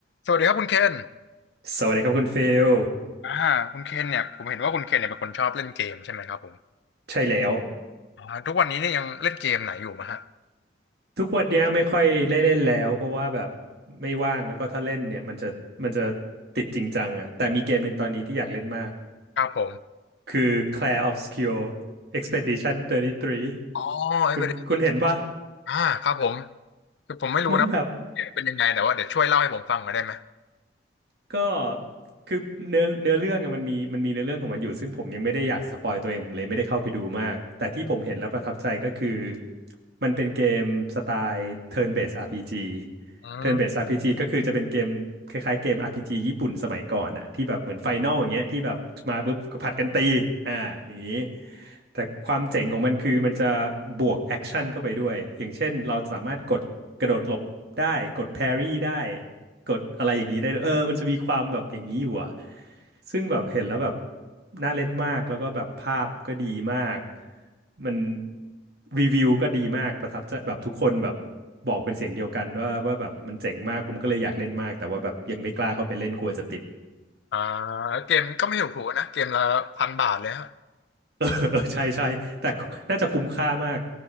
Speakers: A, on the left (about 65°); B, on the right (about 60°).
A: สวัสดีครับคุณเคน
B: สวัสดีครับคุณฟิล
A: อ่าคุณเคนเนี่ยผมเห็นว่าคุณเคนเนี่ยเป็นคนชอบเล่นเกมใช่ไหมครับผม
B: ใช่แล้ว
A: อ่าทุกวันนี้เนี่ยยังเล่นเกมไหนอยู่มะฮะ
B: ทุกวันเนี้ยไม่ค่อยได้เล่นแล้วเพราะว่าแบบไม่ว่างแล้วก็ถ้าเล่นเนี่ยมันจะมันจะติดจริงจังอ่ะแต่มีเกมหนึ่งตอนนี้ที่อยากเล่นมาก
A: ครับผม
B: คือ Clair Obscur Expedition 33
A: อ๋อไอ้ประเด็น
B: คุณคุณเห็นปะ
A: อ่าครับผมคือผมไม่รู้นะเกมเป็นยังไงแต่ว่าเดี๋ยวช่วยเล่าให้ผมฟังหน่อยได้ไหม
B: มันแบบ ก็คือเนื้อเนื้อเรื่องอะมันมีมันมีเนื้อเรื่องของมันอยู่ซึ่งผมยังไม่ได้อยากสปอยตัวเองผมเลยไม่ได้เข้าไปดูมากแต่ที่ผมเห็นแล้วประทับใจก็คือมันเป็นเกมสไตล์ Turn Based RPG
A: อืม
B: Turn Based RPG ก็คือจะเป็นเกมคล้ายๆเกม RPG ญี่ปุ่นสมัยก่อนอ่ะที่แบบเหมือนไฟน a ลอย่างเงี้ยที่แบบมาปุ๊บก็ผัดกันตีอ่าอย่างนี้แต่ความเจ๋งของมันคือมันจะบวกแอคชั่นเข้าไปด้วยอย่างเช่นเราสามารถกดกระโดดหลบได้กดแพรี่ได้ กดอะไรอย่างนี้ได้ด้วยเออมันจะมีความแบบอย่างนี้อยู่อ่ะซึ่งแบบเห็นแล้วแบบน่าเล่นมาก แล้วก็แบบภาพก็ดีมาก มันรีวิวก็ดีมากประทับใจแบบทุกคนแบบบอกเป็นเสียงเดียวกันว่าว่าแบบมันเจ๋งมาก ผมก็เลยอยากเล่นมาก แต่ว่าแบบยังไม่กล้าเข้าไปเล่นกลัวจะติด
A: อ่าเกมก็ไม่ถูกถูกนะเกมละพันบาทเลยฮะ
B: <laughs> เออใช่ใช่แต่น่าจะคุ้มค่ามาก